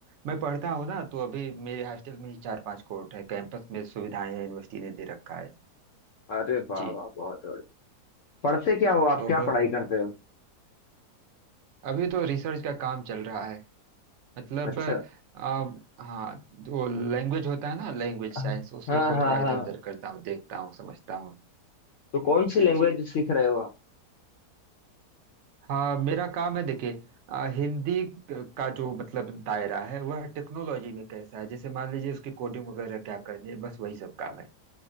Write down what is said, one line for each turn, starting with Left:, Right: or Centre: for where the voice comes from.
Right: मैं पढ़ता हूँ ना तो अभी मेरे हॉस्टल में ही चार पांच कोर्ट है कैंपस में सुविधाएं हैं यूनिवर्सिटी ने दे रखा है
Left: अरे वाह
Right: जी
Left: वाह बहुत बढ़िया पढ़ते क्या हो
Right: तो
Left: आप क्या
Right: बस
Left: पढ़ाई करते हो
Right: अभी तो रिसर्च का काम चल रहा है मतलब
Left: अच्छा
Right: अब हाँ जो लैंग्वेज होता है ना लैंग्वेज
Left: हाँ
Right: साइंस उसी
Left: हाँ
Right: को थोड़ा इधर
Left: हाँ
Right: उधर करता हूँ देखता हूँ समझता हूँ
Left: तो कौन सी
Right: जी
Left: लैंग्वेज
Right: जी
Left: सीख रहे हो आप
Right: हाँ मेरा काम है देखिए अ, हिंदी क- का जो मतलब दायरा है वह टेक्नोलॉजी में कैसा है जैसे मान लीजिए उसकी कोडिंग वगैरह क्या करनी है बस वही सब काम है